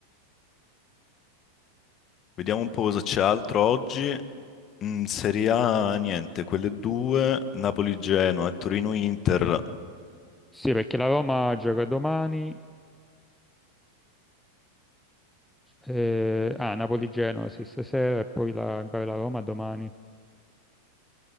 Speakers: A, on the left; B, in the centre.
A: Vediamo un po' cosa c'è altro oggi. In Serie A, niente, quelle due, Napoli-Genoa e Torino-Inter,
B: Sì, perché la Roma gioca domani Eh, ah, Napoli-Genoa sì, stasera e poi la, mi pare la Roma domani.